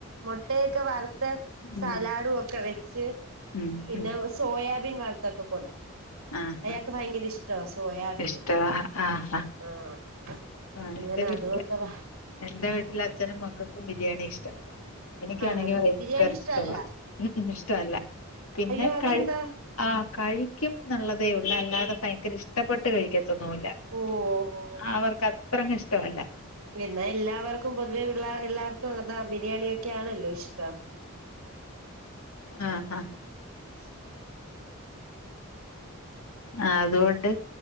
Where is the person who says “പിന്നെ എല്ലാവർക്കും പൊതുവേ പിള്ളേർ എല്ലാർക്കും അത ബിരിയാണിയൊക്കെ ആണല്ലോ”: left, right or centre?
Right